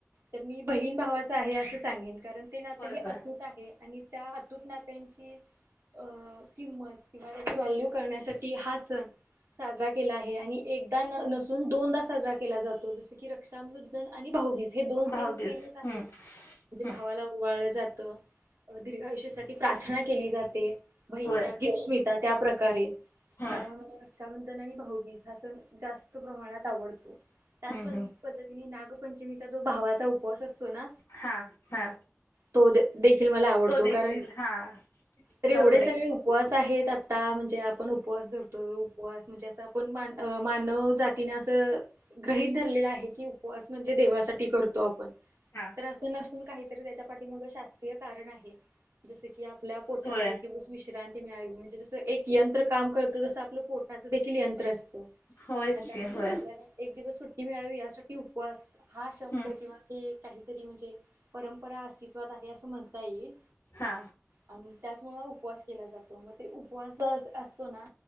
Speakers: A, on the right (about 80°); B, on the left (about 90°).
A: तर मी बहीण भावाचं आहे असं सांगेन कारण ते नात
B: होय
A: हे
B: होय
A: अतूट आहे आणि त्या अतुट नात्यांची अ किंमत किंवा त्याची व्हॅल्यू करण्यासाठी हा सण साजरा केला आहे आणि एकदा नसून दोनदा साजरा केला जातो जस की रक्षाबंधन आणि भाऊवीीज हे दोन
B: भाऊबीज
A: सेन सेमच आहेत
B: हम्म
A: म्हणजे भावाला
B: हम्म
A: ओवाळलं जातं अं दीर्घायुष्यासाठी प्रार्थना केली जाते बहिणीला
B: होय.
A: गिफ्टस मिळतात त्या प्रकारे
B: हा
A: त्यामुळे मला रक्षाबंधन आणि भाऊबीज हा सण जास्त प्रमाणात आवडतो
B: हम्म
A: त्याच पण्
B: हम्म
A: पद्धतीने की, नय नागपंचमीचा जो भावाचा उपवास असतो. ना
B: हा हा.
A: तो देखील मला आवडतो
B: तो देखील
A: कारण
B: हा
A: तर एवढे
B: बरोबर आहे
A: सगळे
B: की.
A: उपवास आहेत आता म्हणजे आपण उपवास धरतो. असं म्हणजे असं आपण मान मानव जातीनं असं गृहीत धरलेलं आहे की उपवास म्हणजे देवासाठी करतो आपण
B: हा
A: तर असं नमून. काहीतरी त्याच्या पाठीमागं शास्त्रीय कारण आहे. जसं की आपल्या पोठाला
B: होय
A: एक दिवस विश्रांत् ळा म्हणजे जस एक यंत्र तसं आपलं पोटाचं देखील यंत्र असतं.
B: होयच
A: अन् त्यामध्ये
B: की होय
A: आपल्याला एक दिवस सुट्टी मिळावी यासाठी उपवास हा शब्द
B: हम्म
A: किंवा हे काहीतरी म्हणजे परंपरा अस्तित्वात आहे, असं म्हणता येईल.
B: हा
A: आणि त्याचमुळ उपवास केला जातो, मग ते उपवास जो अस असतो ना